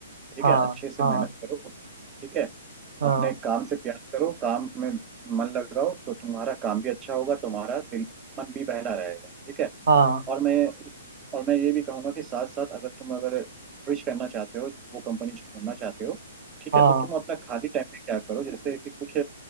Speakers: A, on the right; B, on the right.
A: ठीक
B: हाँ
A: है अच्छे से
B: हाँ
A: मेहनत करो ठीक है
B: हाँ
A: अपने काम से प्यार करो काम में मन लगाओ तो तुम्हारा काम भी अच्छा होगा तुम्हारा दिल मन भी बहला रहेगा ठीक है
B: हाँ
A: और मैं और मैं ये भी कहूंगा कि साथ साथ अगर तुम अगर स्विच करना चाहते हो वो कंपनी छोड़ना चाहते हो ठीक
B: हाँ
A: है तो तुम अपना खाली टाइम में क्या करो जैसे कि कुछ